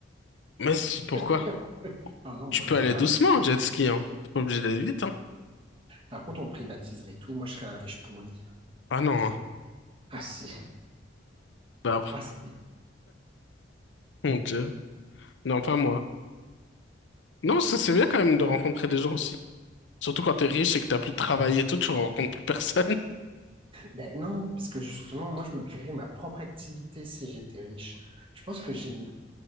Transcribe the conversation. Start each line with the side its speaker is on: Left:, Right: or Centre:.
Left: Mais si- pourquoi?
Right: <laughs> Ah non,
Left: Tu
Right: moi,
Left: peux
Right: je
Left: aller
Right: veux pas
Left: doucement
Right: faire ça.
Left: en jet
Right: moi.
Left: ski, hein. T'es pas obligé d'aller vite, hein.
Right: Par contre, on privatiserait tout. Moi, je serais un riche pourri.
Left: Ah non, hein.
Right: Ah si,
Left: bah,
Right: ah si.
Left: mon Dieu. Non, pas moi. Non, ça c'est bien quand même de rencontrer des gens aussi. Surtout quand t'es riche et que t'as plus de travail et tout, tu rencontres plus personne.
Right: Ben non, parce que justement, moi, je me créerais ma propre activité si j'étais riche. Je pense que j'ai...